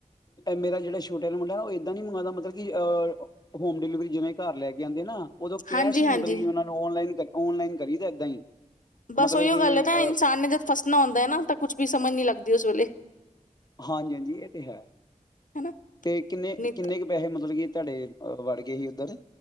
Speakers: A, on the left; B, on the left.
A: ਮੇਰਾ ਜਿਹੜਾ ਛੋਟਾ ਨਾ ਮੁੰਡਾ ਨਾ ਉਹ ਏਦਾਂ ਨੀ ਮੰਗਉਦਾ ਮਤਲਬ ਕਿ ਅਹ ਹੋਮ ਡਿਲੀਵਰੀ ਜਿਵੇਂ ਘਰ ਲੈ ਕੇ ਆਉਂਦੇ ਨਾ ਉਦੋਂ ਕੈਸ਼
B: ਹਾਂਜੀ
A: ਹੀ
B: ਹਾਂਜੀ
A: ਮਤਲਬ ਕਿ ਉਹਨਾ ਨੂੰ ਔਨਲਾਈਨ ਔਨਲਾਈਨ ਕਰੀਦਾ ਏਦਾਂ ਹੀ
B: ਬਸ
A: ਮਤਲਬ
B: ਉਹੀੋ
A: ਕਿ
B: ਗੱਲ ਹੈ ਨਾ
A: ਅ
B: ਇਨਸਾਨ ਨੇ ਜਦ ਫਸਣਾ ਹੁੰਦਾ ਹੈ ਨਾ ਤਾਂ ਕੁੱਛ ਵੀ ਸਮਝ ਨੀ ਲੱਗਦੀ ਉਸ ਵੇਲੇ
A: ਹਾਂਜੀ- ਹਾਂਜੀ ਇਹ ਤੇ ਹੈ
B: ਹਨਾ
A: ਤੇ ਕਿੰਨੇ
B: ਨਹੀਂ
A: ਕਿੰਨੇ ਕੁ ਪੈਸੇ ਮਤਲਬ ਕਿ ਤੁਹਾਡੇ ਵੜ ਗਏ ਸੀ ਉੱਧਰ